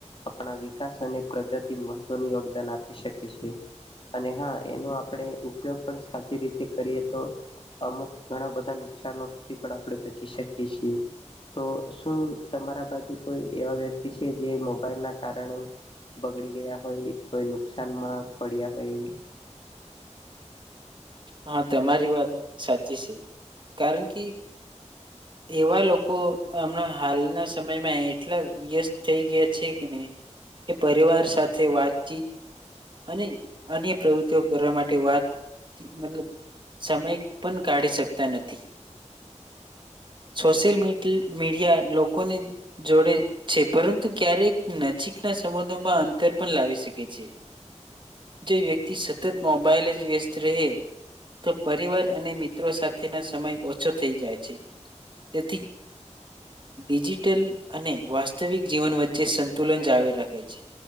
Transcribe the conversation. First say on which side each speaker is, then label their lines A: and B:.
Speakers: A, on the left; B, on the right.
A: આપણા વિકાસ અને પ્રગતિ મહત્વનું યોગદાન આપી શકે છે અને હા એનો આપણે ઉપયોગ પણ સાચી રીતે કરીએ તો અમુક ઘણા બધા નુકસાનોથી આપડે બ ચી શકીએ છે તો શું તમારા બાજુ કોઈ એવા વ્યક્તિ છે જે મોબાઈલ ના કારણે બગડી ગયા હોય કોઈ નુકસાનમાં પડ્યા હોય એવું.
B: હા તમારી વાત સાચી છે કારણ કે એવા લોકો હમણાં હાલના સમયમાં એટલા વ્યસ્ત થઈ ગયા છે કેને એ પરિવાર સાથે વાતચીત અને અન્ય પ્રવૃતિઓ કરવા માટે વાત થી મતલબ સમય પન કાઢી શકતા નથી સોશિયલ મિટી મીડિયા લોકોને જોડે છે પરંતુક્યારેક નજીકના સબંધોમાં અંતર પણ લાવી શકે છે. જો વ્યક્તિ સતત મોબાઈલ જ વ્યસ્ત રહે તો પરિવાર અને મિત્રો સાથેના સમય ઓછો થઈ જાય છે તેથી ડિજિટલ અને વાસ્તવિક જીવન વચ્ચે સંતુલન જાળવી રાખે છે